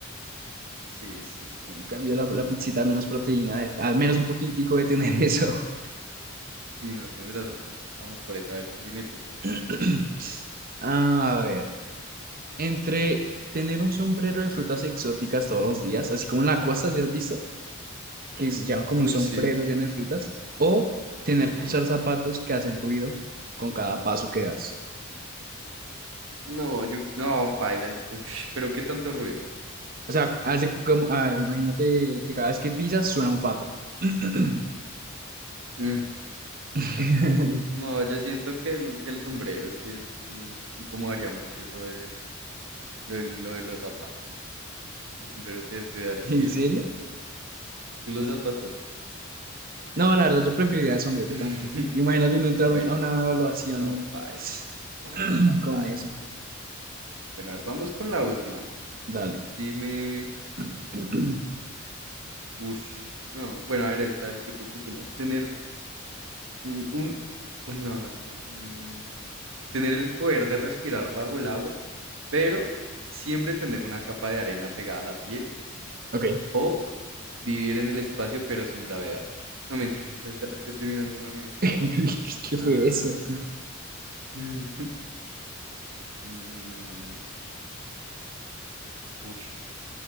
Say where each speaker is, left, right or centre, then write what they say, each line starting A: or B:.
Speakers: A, on the right (about 65°); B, on the right (about 45°).
A: Sí, sí.
B: En cambio, la, la pizzita al menos proteína, de- al menos un poquitico de tener <laughs> eso.
A: Sí, no, tienes razón, sí. Vamos por esa, a ver, dime tú.
B: <clears throat> A ver, entre tener un sombrero de frutas exóticas todos los días, así como en la costa, si has visto? Que se llevan como
A: Uy,
B: un sombrero
A: sí,
B: lleno de frutas, o tener
A: sí.
B: que usar zapatos que hacen ruido con cada paso que das.
A: No, yo, no, paila, el- uy, pero qué tanto ruido.
B: O sea, hace como, a ver, imagínate que cada vez que pisas suena un pato. <clears throat>
A: Mm,
B: <laughs>
A: no, yo siento que el, que el sombrero, es que mm, incomodaría mucho lo del- lo del- lo de los zapatos. El sombrero te puede dar estilo.
B: ¿En serio?
A: ¿Tú los zapatos?
B: No, la verdad, yo preferiría el sombrero
A: <laughs>
B: también. Imagínate uno entrar
A: Bueno,
B: a
A: a
B: una
A: ver.
B: evaluación
A: No, paila,
B: y <clears throat> con
A: paila,
B: eso.
A: no. Bueno, a ver, vamos con la última.
B: Dale.
A: Dime,
B: <clears throat>
A: uff, no, bueno, a ver, esta, a ver, ¿qué tú qué opinas? ¿Tener Mm, Un... Uy, no, no, esta no. Mm, Tener el poder de respirar bajo el agua, pero siempre tener una capa de arena pegada a la piel
B: Ok.
A: o vivir en el espacio pero sin gravedad. No mentiras, <laughs> es es que estoy mirando una mejor.
B: <laughs> ¿Qué
A: Ah,
B: fue eso?
A: <laughs> mm, mm, ush.